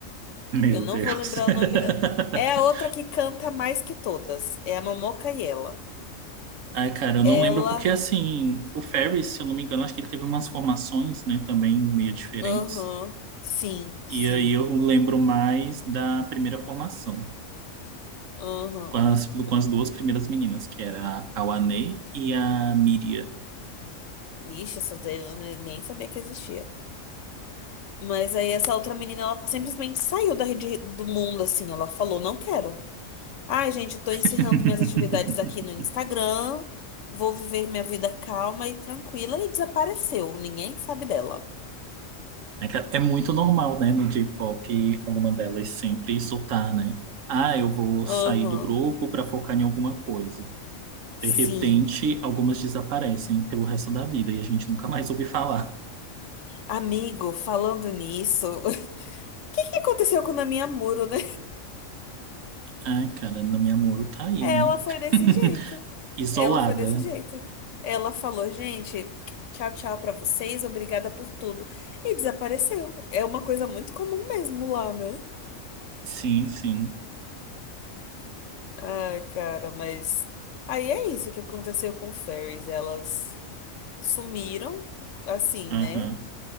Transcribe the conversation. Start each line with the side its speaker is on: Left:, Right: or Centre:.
Right: Meu
Left: Eu não
Right: Deus.
Left: vou lembrar
Right: <laughs>
Left: o nome dela. É a outra que canta mais que todas. É a Momoca e ela.
Right: Ai, cara, eu
Left: Ela.
Right: não lembro porque, assim, o Ferris, se eu não me engano, acho que ele teve umas formações, né, também meio diferentes.
Left: Aham. Sim, sim.
Right: E aí eu lembro mais da primeira formação,
Left: Aham.
Right: com as, com as duas primeiras meninas, que era a Kawane e a Miria.
Left: Ixi, essa daí eu ne- nem sabia que existia. Mas aí essa outra menina, ela simplesmente saiu da rede do mundo, assim. Ela falou, não quero. Ai, gente, tô encerrando
Right: <laughs>
Left: minhas atividades aqui no Instagram. Vou viver minha vida calma e tranquila e desapareceu. Ninguém sabe dela.
Right: É que é muito normal, né, no J-pop, alguma delas sempre soltar, né? Ah, eu vou sair
Left: Aham.
Right: do grupo para focar em alguma coisa.
Left: Sim.
Right: De repente, algumas desaparecem pelo resto da vida e a gente nunca mais ouve falar.
Left: Amigo, falando nisso, <laughs> o que que aconteceu com a minha Muro, né?
Right: Ah, cara, Nami Amuro tá aí,
Left: Ela
Right: né?
Left: foi desse
Right: <laughs>
Left: jeito.
Right: Isolada.
Left: Ela foi desse jeito. Ela falou, gente, tchau, tchau pra vocês, obrigada por tudo. E desapareceu. É uma coisa muito comum mesmo lá, né?
Right: Sim, sim.
Left: Ai, cara, mas aí é isso que aconteceu com Fairies. Elas sumiram, assim,
Right: Aham.
Left: né?